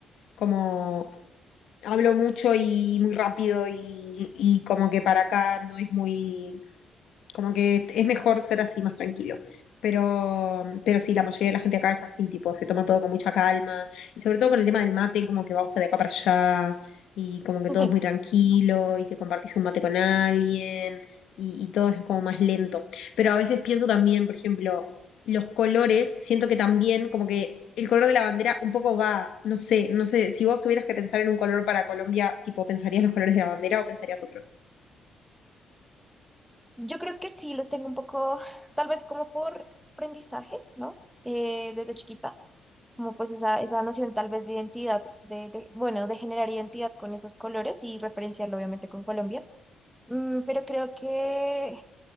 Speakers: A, on the left (about 70°); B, in the centre.
A: como hablo mucho y muy rápido y, y como que para acá no es muy, como que es mejor ser así más tranquilo. Pero, pero sí, la mayoría de la gente acá es así, tipo, se toma todo con mucha calma y sobre todo con el tema del mate, como que vamos de acá para allá y como que
B: <laughs>
A: todo es muy tranquilo y te compartís un mate con alguien y, y todo es como más lento. Pero a veces pienso también, por ejemplo, los colores, siento que también como que el color de la bandera un poco va, no sé, no sé, si vos tuvieras que pensar en un color para Colombia, tipo, ¿pensarías los colores de la bandera o pensarías otros?
B: Yo creo que sí, los tengo un poco, tal vez como por aprendizaje, ¿no? Eh, desde chiquita, como pues esa, esa noción tal vez de identidad, de, de- bueno, de generar identidad con esos colores y referenciarlo obviamente con Colombia. Mm, pero creo que